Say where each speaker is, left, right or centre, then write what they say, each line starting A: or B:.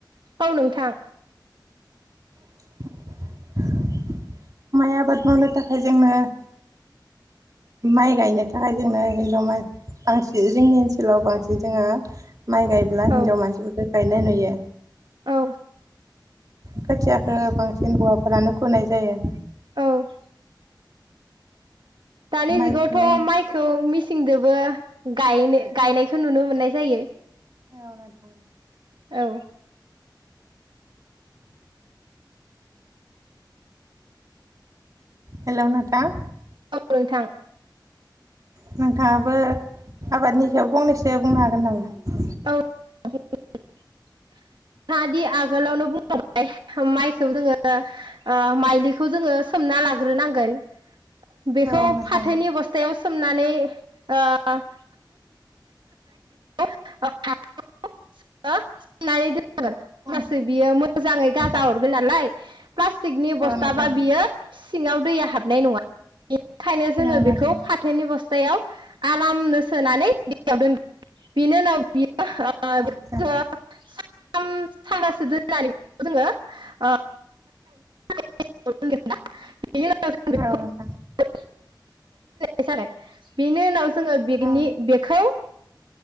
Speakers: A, on the right; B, on the right.
A: औ नोंथां।
B: <inaudible> माइ आबाद मावनो थाखाय जोंनो, माइ गायनो थाखाय जोंनो हिनजाव मान-मानसि जोंनि ओनसोलाव बांसिन जोङो माइ गायब्ला हिन्जाव
A: औ
B: मानसिफोरखो गायनाय नुयो।
A: औ
B: खोथियाखो बांसिन हौवाफोरानो फुनाय जायो।
A: औ दानि
B: माइखौ
A: जनगावथ'
B: जों
A: माइखौ मिस सिंदोबो गायनो गायनायखौ नुनो मोननाय जायो।
B: औ नोंथां।
A: औ।
B: <inaudible> हेलौ नोंथां?
A: <unintelligible> नोंथां।
B: नोंथाङाबो आबादनि सायाव फंनैसो बुंनो हागोन नामा?
A: औ। <unintelligible> मादि आब आगोलावनो बुंलांबाय माइखौ जोङो ओ माइलिखौ जोङो सोमना लाग्रोनांगोन। बेखौ
B: औ नोंथां
A: फाथोनि बस्थायाव सोमनानै ओ <unintelligible> <unintelligible> नायै दोननांगोन होमबासो
B: उम
A: बियो मोजाङै
B: औ नोंथां
A: गाजा हरगोन नालाय प्लास्टिकनि बस्थाबा
B: औ नोंथां
A: बियो सि सिङाव दैया हाब नाय नङा। बेनिखायनो
B: औ
A: जोङो
B: नोंथां औ नोंथां
A: बेखौ फाथोनि बस थायाव आरामनो सोनानै दैयाव दोन बिनि उनाव बियो
B: औ नोंथां
A: ओ <unintelligible> सान सानबासो दोननानै <inaudible> जोङो ओ <unintelligible> बिनि उनाव जों बिखौ
B: औ नोंथां औ नोंथां
A: <unintelligible> सानसे <unintelligible> बिनो उनाव जोङो बेगिनि
B: औ नोंथां
A: बेखौ <inaudible>